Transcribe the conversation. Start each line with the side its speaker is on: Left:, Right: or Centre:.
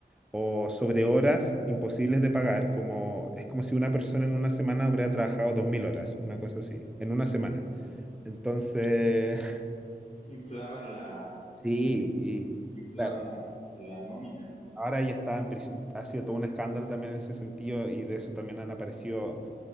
Centre: o sobre horas imposibles de pagar, como es como si una persona en una semana hubiera trabajado 2.000 horas, una cosa así, en una semana. Entonces,
Left: inflaban la,
Centre: Sí, y
Left: inflaban
Centre: claro,
Left: la, la nómina.
Centre: ahora ya está, en pris- ha sido todo un escándalo también en ese sentido y de eso también han aparecido